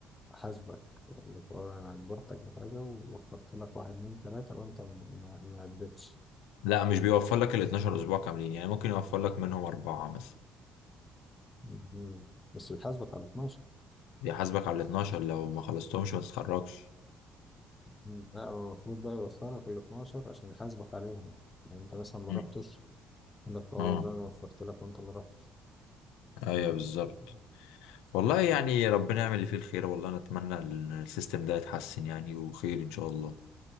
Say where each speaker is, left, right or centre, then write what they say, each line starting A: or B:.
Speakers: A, on the left (about 25°); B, on the left (about 70°).
A: احاسبك اقول لك اه انا اجبرتك بحاجة ووفرت لك واحد اتنين تلاتة وانت ما ما- ما اديتش
B: لا مش بيوفر لك ال 12 اسبوع كاملين يعني ممكن يوفر لك منهم اربعة مثلا
A: مهم. بس بيحاسبك على 12
B: بيحاسبك على ال 12 لو ما خلصتهمش ما تتخرجش
A: مم. لا هو المفروض بقى يوفرك ال 12 عشان يحاسبك عليهم يعني انت مثلا ما
B: مم.
A: رحتش يقول لك اه والله
B: اه
A: انا وفرت لك وانت ما رحتش
B: ايوه بالظبط
A: مم.
B: والله يعني ربنا يعمل اللي فيه الخير والله انا اتمنى ال- السيستم ده يتحسن يعني وخير ان شاء الله